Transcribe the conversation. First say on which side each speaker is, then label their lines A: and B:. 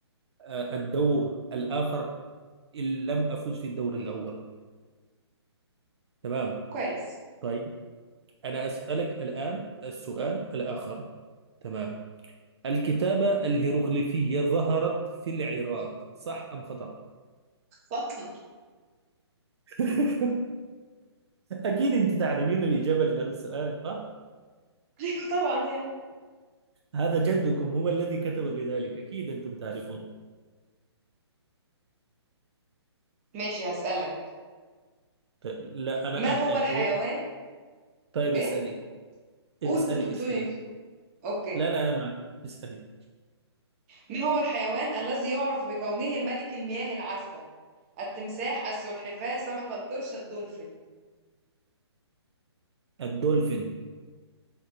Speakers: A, on the right; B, on the right.
A: آه، الدور الآخر إن لم أفوز في الدور الأول تمام
B: كويس
A: طيب أنا أسألك الآن السؤال الآخر تمام الكتابة الهيروغليفية ظهرت في العراق صح أم خطأ؟
B: بطل
A: <laughs> أكيد أنت تعرفين الإجابة لهذا السؤال صح؟
B: <laughs> طبعا يعني
A: هذا جدكم هو الذي كتب بذلك أكيد أنتم تعرفون
B: ماشي هسألك
A: ط- لا أنا
B: ما
A: أنا
B: هو
A: يعني
B: الحيوان
A: هو- طيب
B: ايه
A: اسألي
B: قول
A: اسألي
B: كنت بتقول
A: اسألي
B: ايه اوكي
A: لا لا أنا معك اسألي
B: ما هو الحيوان الذي يعرف بكونه ملك المياه العذبة التمساح السلحفاة سمك القرش الدولفين
A: الدولفين